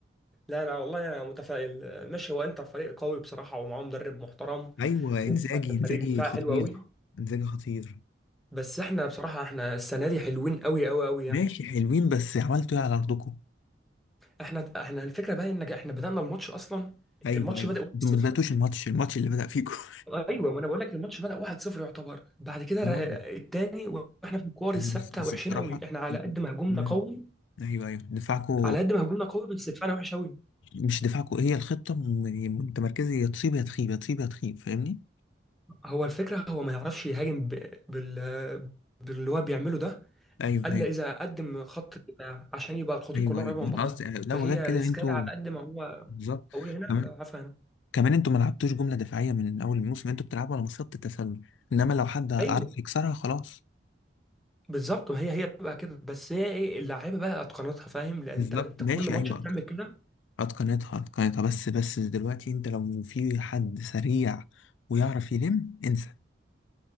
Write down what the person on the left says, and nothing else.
ايوه انزاجي
انزاجي
خطير
انزاجي خطير
ماشي حلوين بس عملتوا ايه على ارضكم
ايوه
ايوه
انتوا ما بداتوش الماتش الماتش اللي بدأ فيكم <laughs>
اه
بس بس
بصراحه
مم.
ايوه ايوه دفاعكم
مش دفاعكم هي الخطه م- يعني متمركزه يا تصيب يا تخيب يا تصيب يا تخيب فاهمني
ايوه
ايوه
ايوه
ايوه
أنا
قصدي لا
وغير كده
انتوا
بالظبط
كمان
كمان انتوا ما لعبتوش جمله دفاعيه من اول الموسم انتوا بتلعبوا على مصيده التسلل انما لو حد عرف
يكسرها خلاص
بالظبط
ماشي
ايوه
اتقنتها اتقنتها بس بس دلوقتي انت لو في حد سريع ويعرف يلم انسى